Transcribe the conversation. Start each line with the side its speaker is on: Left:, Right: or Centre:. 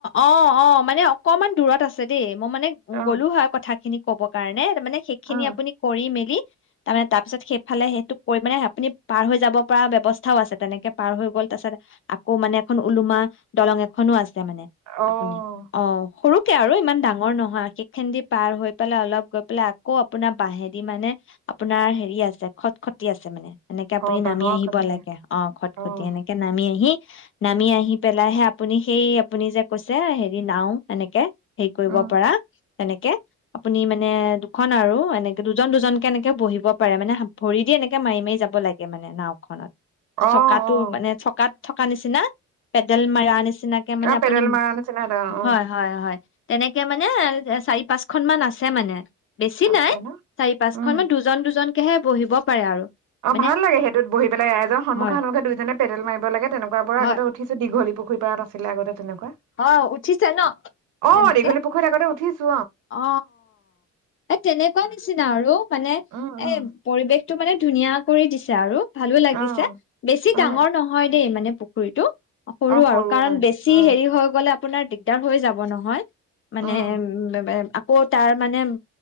Left: অ অ মানে অকমণ দূৰত আছে দেই, মই মানে
Right: অঁ
Left: গোলো হয় খিনি ক'ব কাৰণে মানে সেইখিনি
Right: অঁ
Left: আপুনি কৰি মেলি তাৰমানে তাৰ পিছত সেইফালে সেইটো কৰি মানে আপুনি পাৰ হৈ যাব পৰা ব্যয়ৱস্থাও আছে তেনেকে পাৰ হৈ গ'ল তাৰ পাছত আকৌ মানে এখন ওলোমা দলং এ খনো আছে। মানে
Right: অঁ
Left: আপুনি, অ' সৰুকে আৰু ইমান ডাঙৰ নহয় সেই খনেদি পাৰ হৈ পেলাই অলপ গৈ পেলাই আকৌ আপোনাৰ বাঁহেদি মানে আপোনাৰ হেৰি আছে খট খতি আছে মানে এনেকে আপুনি
Right: অঁ বাঁহৰ
Left: নামি আহিব
Right: কাঠতে
Left: লাগে, অ' খট
Right: অঁ
Left: খতি এনেকে নামি আহি নামি আহি পেলাই হে আপুনি সেই আপুনি যে কৈছে হেৰি নাও এনেকে হেৰি কৰিব
Right: অঁ
Left: পৰা তেনেকে আপুনি মানে মানে দুখন আৰু এনেকে দুজন দুজনকে এনেকে বহিব পাৰে মানে ভৰি দি এনেকে মাৰি মাৰি যাব লাগে মানে নাওখনত
Right: অঁ
Left: চকাটো মানে চকাত থকা নিচিনা পেডেল মাৰা নিচিনা চিনাকি মানে
Right: অঁ
Left: আপুনি
Right: পেডেল মৰা নিচিনা এটা অঁ
Left: হয় হয় হয় তেনেকে মানে চাৰি পাঁচখন মান আছে মানে বেছি
Right: আছে
Left: নাই
Right: ন
Left: চাৰি পাঁচখন
Right: উম
Left: মানে দুজন দুজন হে বহিব পাৰে আৰু
Right: অ
Left: মানে
Right: ভাল লাগে সেইটোত বহি পেলাই এজন সম্মুখে
Left: হয়
Right: সন্মুেখ দুজনে পেডেল মাৰিব লাগে তেনেকুৱা বোৰত
Left: হয়
Right: আগতে উঠিছো দিঘলী পুখুৰ খোপাত আছিলে আগতে তেনেকুৱা
Left: অ উঠিছে ন
Right: অ
Left: তেনেকে
Right: দীঘলী পুখুৰীত আগতে উঠিছো
Left: অ এ তেনেকুৱা নিচিনা আৰু মানে
Right: উম উম
Left: এ পৰিৱেশ তোক মানে ধুনীয়া কৰি দিছে আৰু ভালো লাগিছে
Right: অ
Left: বেছি
Right: অ
Left: ডাঙৰ নহয় দেই মানে পুখুৰীটো সৰু
Right: অ
Left: আৰু কাৰণ
Right: মানে
Left: বেছি
Right: অ
Left: হেৰিও গলে আপোনাৰ দিগদাৰ হৈ যাব নহয় মানে
Right: উম
Left: বেবাএ বাক আকৌ তাৰ মানে